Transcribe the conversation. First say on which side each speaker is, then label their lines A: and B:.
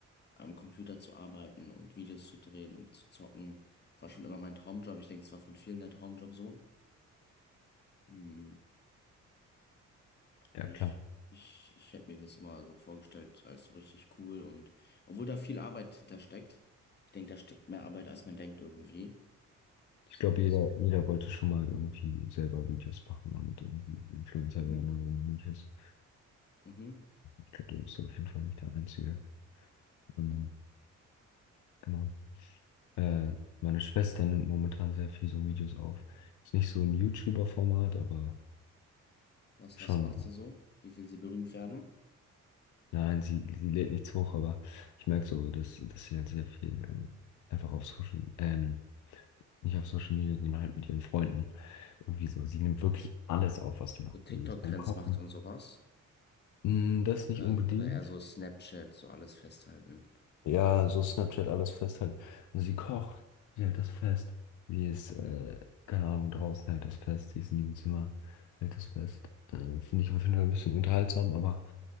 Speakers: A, on the left; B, on the left.
A: am Computer zu arbeiten und Videos zu drehen und zu zocken, war schon immer mein Traumjob. Ich denke, es war von vielen der Traumjob so. Mm,
B: Ja,
A: Also
B: klar.
A: ich, ich, ich hätte mir das immer so vorgestellt als so richtig cool und obwohl da viel Arbeit hintersteckt, ich denke, da steckt mehr Arbeit, als man denkt irgendwie. Das
B: Ich
A: ist
B: glaube,
A: immer
B: jeder,
A: so.
B: jeder wollte schon mal irgendwie selber Videos machen und irgendwie Influencer
A: Mhm,
B: werden oder ähnliches.
A: mhm,
B: Ich glaube, du bist auf jeden Fall nicht der Einzige. Ähm,
A: ja.
B: genau. Äh, meine Schwester nimmt momentan sehr viel so Videos auf. Ist nicht so im YouTuber-Format, aber
A: Was,
B: schon.
A: was macht
B: auch-
A: sie so? Wie will sie berühmt werden?
B: Nein, sie, sie lädt nichts hoch, aber ich merke so, dass, dass sie halt sehr viel ähm, einfach auf Social, ähm, nicht auf Social Media, sondern halt mit ihren Freunden. Irgendwie so. Sie nimmt wirklich alles auf, was sie macht.
A: So TikTok-Trends
B: Sie ist beim Kochen.
A: macht und sowas?
B: Mm, Das nicht
A: Oder,
B: unbedingt.
A: oder eher so Snapchat, so alles festhalten.
B: Ja, so Snapchat alles festhalten. Und sie kocht, sie hält das fest. Wie es, äh, keine Ahnung, draußen hält das fest, sie ist in ihrem Zimmer, hält das fest. Äh, finde ich auf jeden Fall ein bisschen unterhaltsam, aber